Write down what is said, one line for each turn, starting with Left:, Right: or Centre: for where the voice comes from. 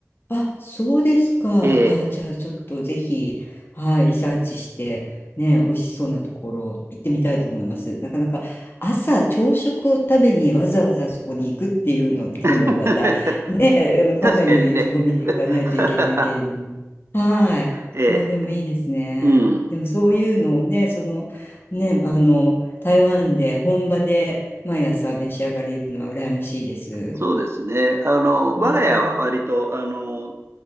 Left: あ、そうですか。
Right: ええ、
Left: あ、じゃあちょっとぜひ、はい、リサーチして、ね、美味しそうなところ行ってみたいと思います。なかなか朝朝食を食べにわざわざそこに行くっていうのでもまたね、
Right: <laughs>
Left: えあのかなりの意気込みで行かないといけないけれども。
Right: 確かにね。<laughs>
Left: はい。
Right: ええ、
Left: あ、でもいいですね。
Right: うん。
Left: でもそういうのをね、その、ね、あの、台湾で本場で毎朝召し上がれるのは羨ましいです。
Right: そうですね。あの、
Left: うん
Right: 我が家は割と、あの、